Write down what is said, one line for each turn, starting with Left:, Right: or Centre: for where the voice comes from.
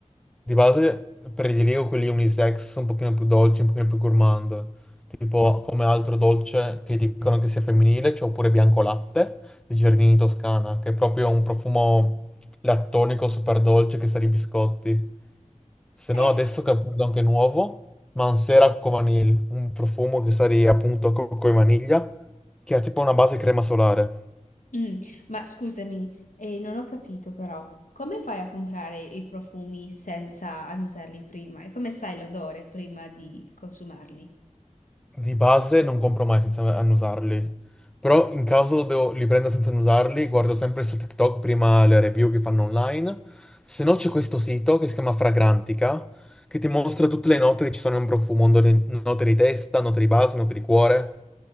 Centre: Di base prediligo quelli unisex un pochino più dolci, un pochino più gourmand, tipo come altro dolce che dicono che sia femminile, c'è oppure bianco latte di Giardini Toscana, che è proprio un profumo lattonico super dolce che sa di biscotti. Se
Left: Eh,
Centre: no adesso che appunto anche nuovo, Mansera Cocco Vanille, un profumo che sa di appunto cocco e vaniglia, che ha tipo una base crema solare.
Left: Mm, ma scusami, eh, non ho capito però, come fai a comprare i profumi senza annusarli prima? E come sai l'odore prima di consumarli?
Centre: Di base non compro mai senza annusarli, però in caso devo- li prendo senza annusarli, guardo sempre su TikTok prima le review che fanno online, se no c'è questo sito che si chiama Fragrantica, che ti mostra tutte le note che ci sono in profumo, note note di testa, note di base, note di cuore.